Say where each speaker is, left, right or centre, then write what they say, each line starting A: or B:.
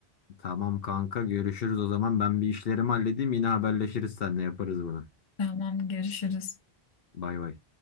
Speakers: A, on the left; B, on the left.
A: Tamam kanka görüşürüz o zaman. Ben bir işlerimi halledeyim. Yine haberleşiriz seninle yaparız bunu.
B: <laughs> Tamam, görüşürüz.
A: Bay bay.